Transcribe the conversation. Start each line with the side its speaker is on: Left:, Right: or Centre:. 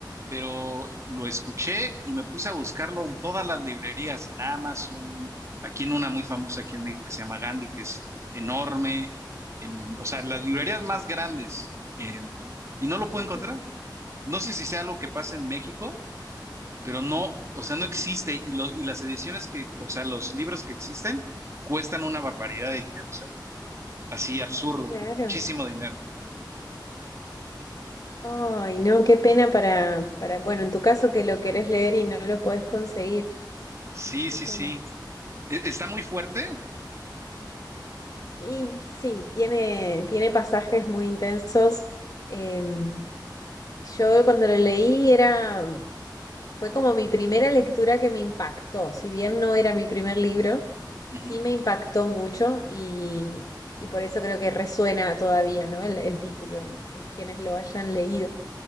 Right: pero lo escuché y me puse a buscarlo en todas las librerías, en Amazon, aquí en una muy famosa aquí en México que se llama Gandhi, que es enorme, en, o sea, las librerías más grandes, eh, y no lo puedo
Left: Ujú,
Right: encontrar. No sé si sea algo que pasa en México, pero no, o sea, no existe, y, los y las ediciones que, o sea, los libros que existen cuestan una barbaridad de dinero, Así absurdo,
Left: Claro.
Right: muchísimo dinero.
Left: Ay, no, qué pena para, para, bueno, en tu caso que lo querés leer y no lo podés conseguir.
Right: Sí,
Left: Qué
Right: sí,
Left: pena.
Right: sí. E- ¿Está muy fuerte?
Left: Y sí, tiene, tiene pasajes muy intensos. Em, yo cuando lo leí era, fue como mi primera lectura que me impactó. Si bien no era mi primer libro,
Right: Ujú.
Left: sí me impactó mucho y, y por eso creo que resuena todavía, ¿no? El, el título en, en quienes lo hayan leído.